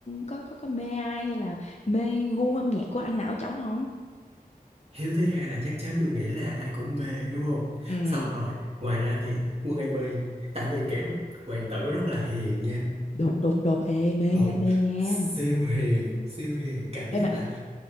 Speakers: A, on the left; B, on the right.
A: có có có mê ai hay là mê gu âm nhạc của anh nào ở trống không
B: hiếu thứ hai là chắc chắn tôi nghĩ là ai cũng mê đúng không?
A: ừ
B: Sau rồi, ngoài ra thì Quân AB, tại vì kiểu hoàng tử rất là hiền nha.
A: đúng đúng đúng ê mê
B: Ừ,
A: nha mê nha
B: siêu hiền, siêu hiền, cảm giác
A: Ê, mà
B: là